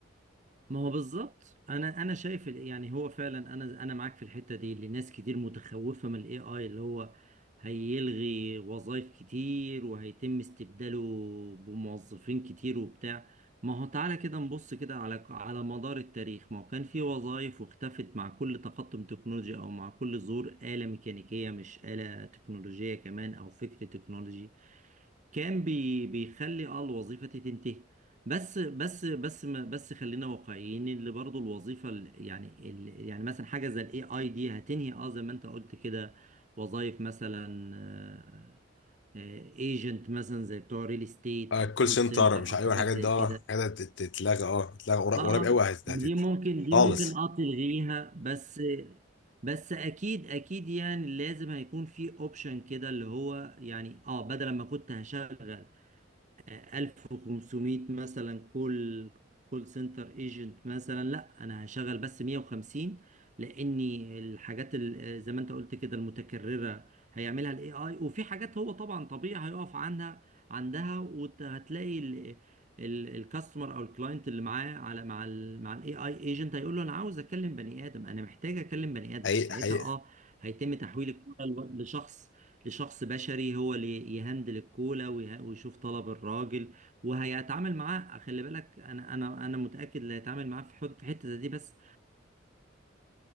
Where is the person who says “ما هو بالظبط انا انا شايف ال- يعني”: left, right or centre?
Right